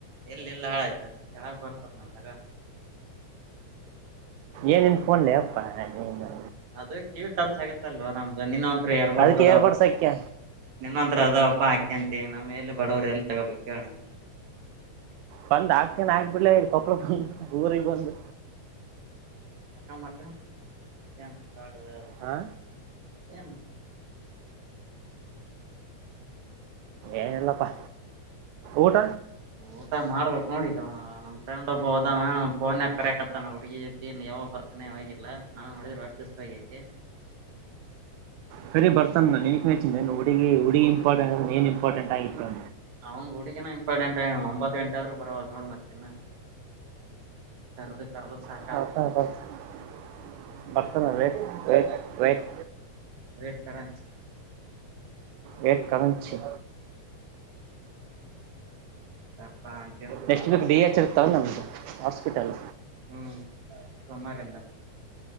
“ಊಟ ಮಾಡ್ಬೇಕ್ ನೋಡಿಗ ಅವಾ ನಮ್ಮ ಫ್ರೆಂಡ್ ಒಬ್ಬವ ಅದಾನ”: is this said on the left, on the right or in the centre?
Right